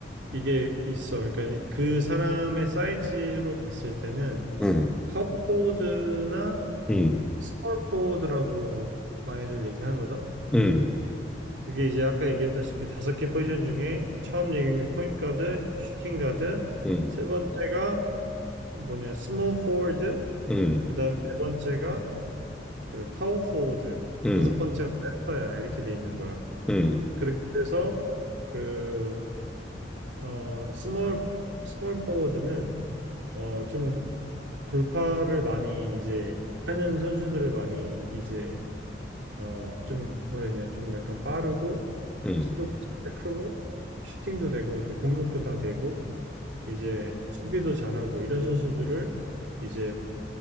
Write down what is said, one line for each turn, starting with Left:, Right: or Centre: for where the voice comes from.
Right: 이게 있어. 그러니까 그 사람의 사이즈로 봤을 때는
Centre: 응,
Right: 파워포워드나
Centre: 응,
Right: 스몰포워드라고 많이들 얘기하거든.
Centre: 응,
Right: 그게 이제 아까 얘기했다시피 다섯 개 포지션 중에 처음 얘기한 게 포인트 가드, 슈팅 가드,
Centre: 응,
Right: 세 번째가 뭐냐 스몰 포워드,
Centre: 응,
Right: 그다음에 네 번째가 그 파워 포워드,
Centre: 응,
Right: 다섯 번째가 센터야 이렇게 돼 있는 거야.
Centre: 응,
Right: 그렇게 돼서 그 어 스몰 스몰 포워드는 어 좀 돌파를 많이 이제 하는 선수들을 많이 이제 어, 좀 뭐라 해야 되냐 좀 약간 빠르고
Centre: 응,
Right: 키도 살짝 크고 슈팅도 되고 그러니까 공격도 다 되고 이제 수비도 잘하고 이런 선수들을 이제